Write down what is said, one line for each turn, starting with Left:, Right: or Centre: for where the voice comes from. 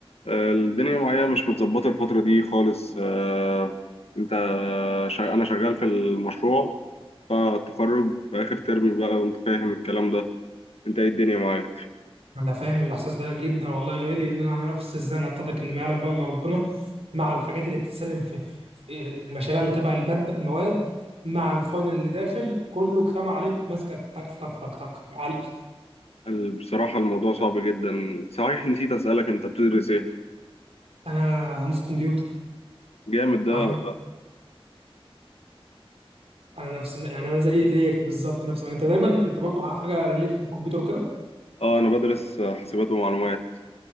Left: آه، الدنيا معايا مش متظبطة الفترة دي خالص آه، انت شا... انا شغال في المشروع فالتخرج في اخر ترم بقى وانت فاهم الكلام ده انت ايه الدنيا معاك
Right: انا فاهم الاحساس ده جدا والله يا غالي ان انا على نفس الزنقه بتاعتك اللي ما يعلم بها الا ربنا مع الحاجات اللي بتتسلم في في المشاريع اللي تبع الماد المواد مع الفاينل اللي داخل كله كتام عليك ماسكك تك تك تك تك على الأخر.
Left: ال- بصراحة الموضوع صعب جدا صحيح نسيت اسألك انت بتدرس ايه
Right: انا هندسه كمبيوتر
Left: جامد ده
Right: عن- انا نفس يعني انا زي زيك بالظبط نفس انت دايما انت برضو حاجه ريليتد بالكمبيوتر وكده
Left: اه انا بدرس حاسبات ومعلومات